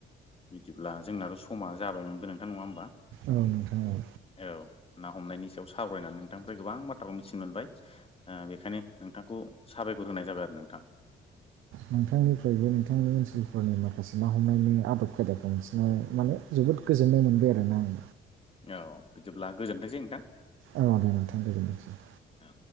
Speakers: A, on the left; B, on the right.
A: बिदिब्ला जोंनाथ' समा जाबायमोन गोनथा नङा होमब्ला
B: औ नोंथां औ
A: औ ना हमनायनि सायाव सावरायनानै नोंथांनिफ्राय गोबां बाथ्राखौ मिथिनो मोनबाय। बेखायनो नोंथांखौ साबायखर होनाय जाबाय आरो नोंथां।
B: नोंथांनिफ्रायबो नोंथांनि ओनसोलफोरनि माखासे ना हमनायनि आदब खायदा बांसिन माने जोबोद गोजोननाय मोनबाय आरोना आं।
A: औ बिदिब्ला गोजोनथोंसै नोंथां।
B: औ दे नोंथां गोजोननोसै।
A: औ